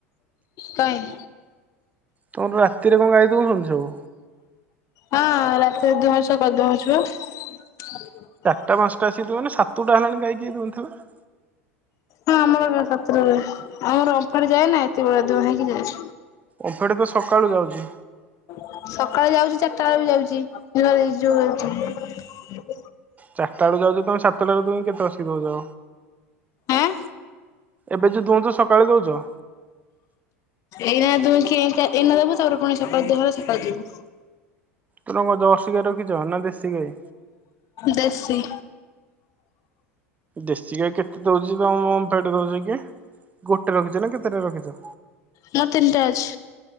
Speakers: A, on the left; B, on the right.
A: କାଇଁ।
B: ତମର ରାତିରେ କଣ ଗାଈ ଦଉନକୀ ସବୁ।
A: ହଁ ରାତିରେ ଦୁହିକି ସୁବ କରିଦଉଛୁପା।
B: ଟା ପାଞ୍ଚଟା ଆସିକି ଦୁହିଁବନା। ସାତୁଟା ହେଲାଣି ଗାଇକିଏ ଦୁହିଁଥିଲା।
A: ହଁ ଆମର ଗ ସତ୍ରୁ ଆମର ଅମ୍ଫେଡ ଯାଏ ନା ଏତିକି ବଳଳିଆ ଦୁହାଁ ହେଇକି ଯାଉଚି।
B: ଅମ୍ଫେଡ ତ ସକାଳୁ ଯାଉଛି।
A: ସକାଳେ ଯାଉଛି ଚାରିଟା ବେଳକୁ ଯାଉଛି ଏରା ଯାଉ
B: ଚାରିଟା ବେଳକୁ ଯାଉଛ ତମେ ସାତଟା ବେଳେ ଦୁହିଁକି କେତେବେଳେ ଆଶିକି ଦୋଉଚ।
A: ଆଁ
B: ଏବେ ଯୋଉ ଦୁହୁଁଛ ସକାଳେ ଦଉଛ।
A: ଏଇନା ଦୁହିଁକି ଏଇନା ଦବୁ ତାପରେ ପୁଣି ସକାଳୁ ଦୁହିଁଲେ ସକାଳୁ ଦବୁ।
B: ତମର କଣ ଦରସି ଗାଈ ରଖୀଚ ନା ଦେଶୀ ଗାଈ।
A: ଦେଶୀ।
B: ଦେଶୀ ଗାଈ କେତେ ଦଉଚି କଣ ଓମଫେଡ ଦଉଚକି? ଗୋଟେ ରଖିଛ ନା କେତେଟା ରଖିଚ।
A: ମୋର ତିନିଟା ଅଛି